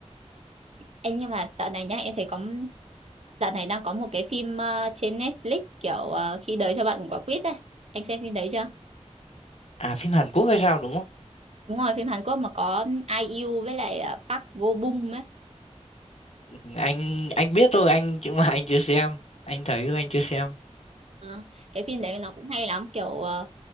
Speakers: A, on the right; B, on the left.
A: anh nhưng mà dạo này nhá em thấy có dạo này đang có một cái phim ờ, trên Netflix kiểu ờ, khi đời cho bạn một quả quýt ấy anh xem phim đấy chưa
B: À phim Hàn Quốc hay sao đúng không?
A: đúng rồi phim Hàn Quốc mà có IU với lại ờ, Park Go Bum ấy
B: Ừ, Anh anh biết thôi anh chứ mà anh chưa xem. Anh thấy thôi anh chưa xem.
A: À, cái phim đấy nó cũng hay lắm kiểu ờ,